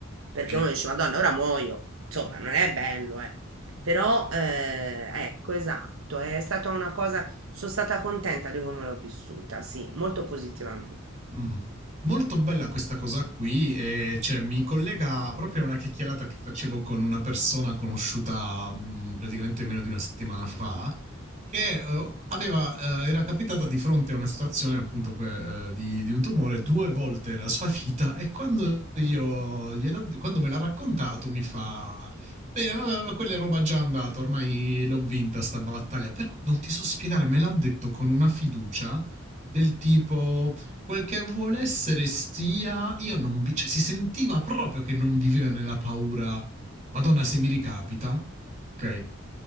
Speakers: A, on the right (about 75°); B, on the right (about 35°).
A: Perché
B: sì.
A: uno dice, Madonna, ora muoio. Insomma, non è bello, eh. Però, eh, ecco, esatto, è stata una cosa, sono stata contenta di come l'ho vissuta, sì, molto positivamente.
B: Mm. Molto bella questa cosa qui, e, cioè, mi collega proprio a una chiacchierata che facevo con una persona conosciuta mh, praticamente meno di una settimana fa, che eh, aveva, eh, era capitata di fronte a una situazione appunto que- eh, di, di un tumore due volte nella sua vita e quando, io gliel'ho- quando me l'ha raccontato mi fa... Bene, vabbè, quella è roba già andata, ormai l'ho vinta sta battaglia, però non ti so spiegare, me l'ha detto con una fiducia del tipo, quel che vuole essere sia, io non vi, cioè, si sentiva proprio che non viveva nella paura, madonna se mi ricapita, ok?
A: Mm,